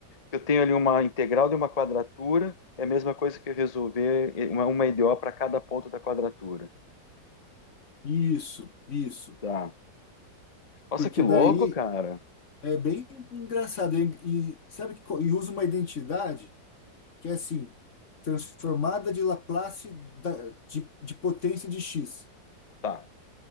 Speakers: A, on the left; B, on the left.
A: Eu tenho ali uma integral de uma quadratura. É a mesma coisa que eu resolver uma, uma EDO para cada ponto da quadratura.
B: Isso, isso.
A: Tá. Nossa,
B: Porque
A: que louco,
B: daí
A: cara.
B: é bem engraçado. E, e sabe que co- e usa uma identidade que é assim, transformada de Laplace da- de, de potência de x,
A: Tá.